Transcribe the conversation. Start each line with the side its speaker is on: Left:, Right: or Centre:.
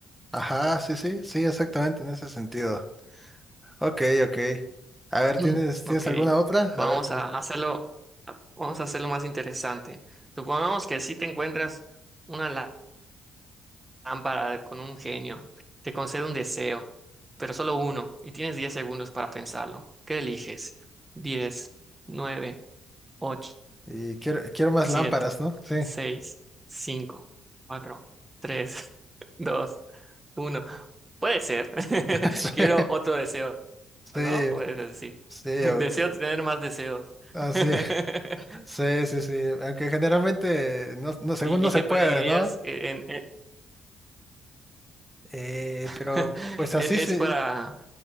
Centre: Ajá, sí, sí, sí, exactamente en ese sentido. Ok, ok. A ver,
Right: <clears throat>
Centre: ¿tienes, tienes
Right: Ok,
Centre: alguna otra?
Right: vamos
Centre: A ver,
Right: a hacerlo, vamos a hacerlo más interesante. Supongamos que si te encuentras una lá- lámpara de- con un genio, te concede un deseo, pero solo uno, y tienes 10 segundos para pensarlo. ¿Qué eliges? 10, 9. ocho
Centre: y quiero, quiero más
Right: siete
Centre: lámparas, ¿no? Sí.
Right: seis cinco cuatro tres <laughs> dos uno Puede ser. <laughs>
Centre: <laughs>
Right: Quiero otro deseo,
Centre: Sí,
Right: ¿no? Puedes decir.
Centre: sí,
Right: <laughs>
Centre: sí,
Right: Deseo
Centre: o-
Right: tener más deseos.
Centre: ah, sí,
Right: <laughs>
Centre: sí, sí, sí. Aunque generalmente, no, no, según
Right: ¿Y,
Centre: no
Right: y
Centre: se
Right: qué
Centre: puede,
Right: pedirías
Centre: ¿no?
Right: en, en-
Centre: Eh,
Right: <laughs>
Centre: pero pues así
Right: e- es
Centre: sí,
Right: para,